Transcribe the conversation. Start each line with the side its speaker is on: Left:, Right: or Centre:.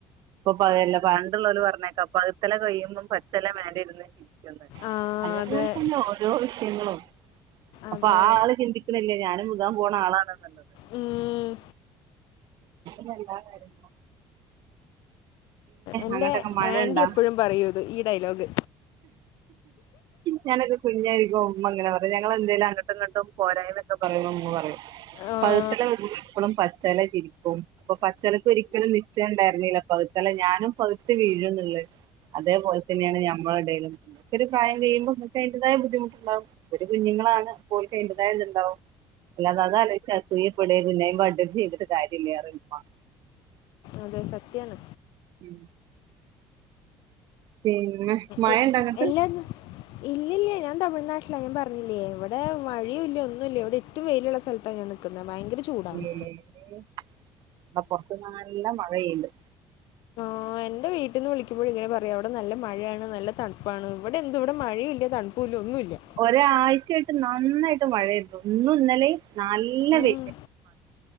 Right: ഇപ്പൊ പ പണ്ട്ള്ളോല് പർഞ്ഞേക്കാ പഴ്ത്തല കൊഴിയുമ്പം പച്ചല മേലെയിര്ന്ന് ചിരിക്കു ന്ന്
Left: ആ
Right: അങ്ങൻതെന്നെ
Left: അതെ
Right: ഓരോ വിഷയങ്ങളും
Left: അതെ
Right: അപ്പൊ ആ ആള് ചിന്തി ണ്ല്യാ ഞാനും വിഖാൻ പോണ ആളാണെന്ന്ള്ളത്
Left: ഉം,
Right: ന
Left: എന്റെ
Right: അങ്ങട്ടൊക്കെ മഴ
Left: ആന്റി
Right: ഇണ്ടാ
Left: എപ്പഴും പറയൂത് ഈ ഡയലോഗ്
Right: ഞാനൊക്കെ കുഞ്ഞായിരിക്കും ഉമ്മങ്ങനെ പറയും ഞങ്ങളെന്തേലും അങ്ങട്ടും ഇങ്ങട്ടും പോരായ്മൊന്നൊക്ക പറയുമ്പം ഇമ്മ പറയും
Left: ആഹ്
Right: <unintelligible> ളും പച്ചല ചിരിക്കും അപ്പൊ പച്ചലക്ക് ഒരിക്കലും നിശ്ചണ്ടായിരുന്നീല പകുത്താല്ലേ ഞാനും പഴ്ത്ത് വീഴുന്ന്ള്ളേ അതേപോൽതന്നേണ് ഞമ്മളെ എടേലും ഇങ്ങക്കൊരു പ്രായം കഴിയുമ്പോ ഇങ്ങക്ക് ഐന്റേതായ ബുദ്ധിമുട്ടുണ്ടാവും ഇവര് കുഞ്ഞുങ്ങളാണ് അപോൽക്ക് ഐന്റേതായ ഇത്ണ്ടാവും അല്ലാതെ അതാലോയ്ച്ച് അസൂയപ്പെടെ കുന്നായ്മാ കാട്ടെ ചെയ്തിട്ട് കാര്യല്യാറിമ്മ
Left: അതെ സത്യാണ്
Right: ഉം പിന്നെ മഴണ്ടോ
Left: എ
Right: അങ്ങട്ട്
Left: എല്ലാ ഇല്ലില്ല ഞാൻ തമിഴ്നാട്ടിലാ ഞാൻ പർഞ്ഞില്ലേ ഇവടെ മഴീല്ല ഒന്നുല്ല ഇവടെ റ്റവും വെയില്ള്ള സ്ഥലത്താണ് ഞാൻ നിക്കുന്നെ ഭയങ്കര ചൂടാണ്
Right: ഇമ്മേ ഇവടെ പൊർത്ത നാല്ല മഴയ്യ്ണ്ട്
Left: ആഹ് എന്റെ വീട്ടീന്ന് വിളിക്കുമ്പയും ഇങ്ങനെ പറയും അവിടെ നല്ല മഴയാണ് നല്ല തൺപ്പാണ് ഇവടെ എന്ത് ഇവടെ മഴീല്ല തണുപ്പുല്ല ഒന്നുല്ല്യ
Right: ഒരാഴ്ചായിട്ട് നന്നായിട്ട് മഴയ്ര്ന്നു ഇന്നും ഇന്നലേം നല്ല
Left: ഉം.
Right: വെ